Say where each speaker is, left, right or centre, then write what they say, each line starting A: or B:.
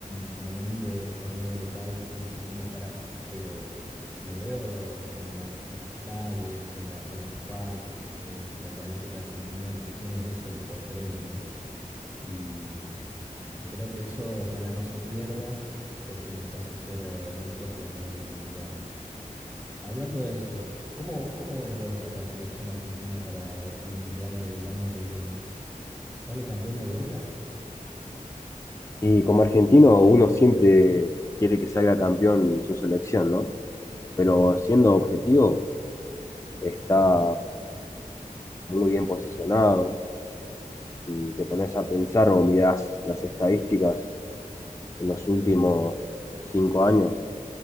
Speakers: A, on the right (about 15°); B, on the left (about 20°).
A: como no miro el torneo local, no sé cómo estará, pero lo veo en, en las, en las calles, en las, en las parques. Me parece que Argentina lo que tiene es eso, el potrero, ¿no? y, y creo que eso ojalá no se pierda porque nos hace ser eh, muy fuerte a nivel mundial. Hablando de eso, ¿cómo, cómo ves vos a la selección argentina para e- el mundial del año que viene? ¿Sale campeón de vuelta?
B: Y como argentino, uno siempre quiere que salga campeón su selección, ¿no? Pero siendo objetivo, está
A: Ujú.
B: muy bien posicionado. Si te pones a pensar o mirás las estadísticas, en los últimos cinco años,